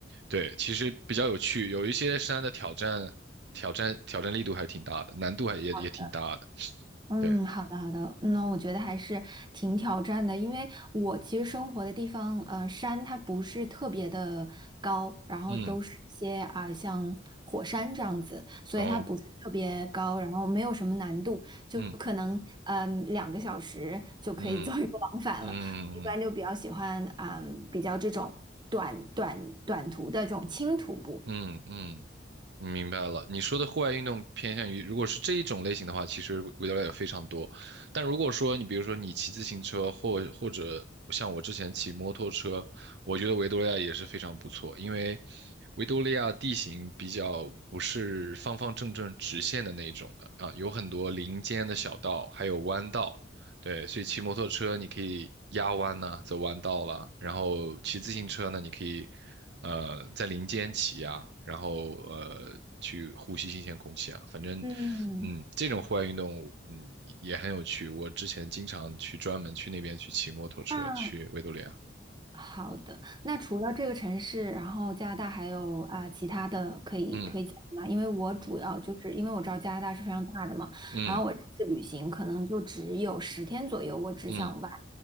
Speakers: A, on the right; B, on the right.
A: 对，其实比较有趣，有一些山的挑战、挑战、挑战力度还挺大的，难度还也也挺大的，
B: 好的。嗯，
A: 对，
B: 好的好的，那我觉得还是挺挑战的，因为我其实生活的地方，呃，山它不是特别的高，然后都是一些啊、
A: 嗯，
B: 像火山这样子，所以它不是特别高，
A: 哦。
B: 然后没有什么难度，就可能嗯两个小时就可以做一个往返了。
A: 嗯。嗯嗯
B: 我一般就比较喜欢嗯比较这种短短短途的这种轻徒步。
A: 嗯嗯，明白了。你说的户外运动偏向于，如果是这一种类型的话，其实维利亚也非常多。但如果说你比如说你骑自行车，或或者像我之前骑摩托车，我觉得维多利亚也是非常不错，因为维多利亚地形比较不是方方正正直线的那一种的啊，有很多林间的小道，还有弯道。对，所以骑摩托车你可以压弯呐、走弯道啦，然后骑自行车呢，你可以。呃，在林间骑啊，然后呃，去呼吸新鲜空气啊，反正，
B: 嗯，
A: 嗯，这种户外运动，嗯，也很有趣。我之前经常去专门去那边去骑摩托车去维多利亚，
B: 那。好的，那除了这个城市，然后加拿大还有啊、其他的可以推荐的吗？
A: 嗯
B: 因为我主要就是因为我知道加拿大是非常大的嘛，
A: 嗯
B: 然后我这次旅行可能就只有十天左右，我只想玩，
A: 嗯。